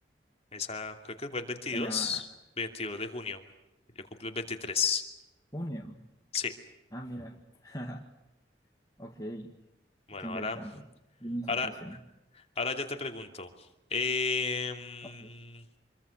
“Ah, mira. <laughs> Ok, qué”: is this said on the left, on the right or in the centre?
Left